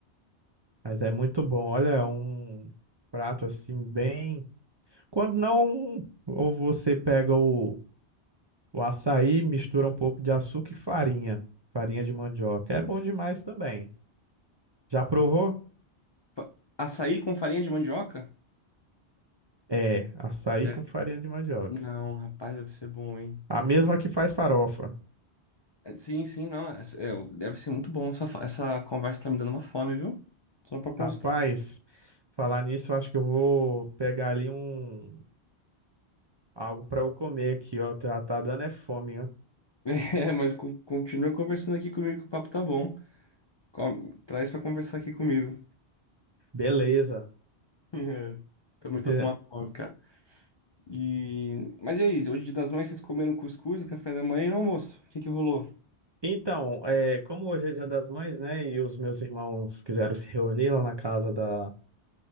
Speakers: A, on the right; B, on the left.
A: mas é muito bom. Olha, é um prato assim bem. Quando não, ou você pega o, o açaí, mistura um pouco de açúcar e farinha, farinha de mandioca. É bom demais também. Já provou?
B: Fa- Açaí com farinha de mandioca?
A: É, açaí
B: Deve.
A: com farinha de mandioca.
B: Não, rapaz, deve ser bom, hein?
A: A
B: Você
A: mesma
B: tem-
A: que faz farofa.
B: É, Sim, sim, não. é- é, deve ser muito bom. Essa, fa- essa conversa tá me dando uma fome, viu? Só pra constar.
A: Rapaz,
B: <laughs>
A: falar nisso, eu acho que eu vou pegar ali um Algo para eu comer aqui, ó. Já tá dando é fome, ó.
B: É, mas co- continua conversando aqui comigo que o papo tá bom. Com- Traz pra conversar aqui comigo. <laughs>
A: Beleza.
B: É, Também tô
A: <laughs>
B: com uma fome, cara. E... Mas e aí, hoje é dia das mães vocês comeram cuscuz, café da manhã e no almoço? O que que rolou?
A: Então, é, como hoje é Dia das Mães, né? E os meus irmãos quiseram se reunir lá na casa da,